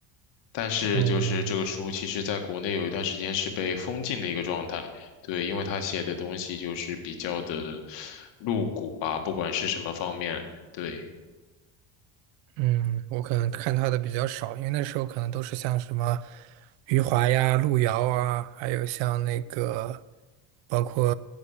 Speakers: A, on the left; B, on the right.
A: 但是就是这个书，
B: 嗯，
A: 其实在国内有一段时间是被封禁的一个状态，对，因为他写的东西就是比较的露骨吧，不管是什么方面，对，
B: 嗯，我可能看他的比较少，因为那时候可能都是像什么余华呀、路遥啊，还有像那个包括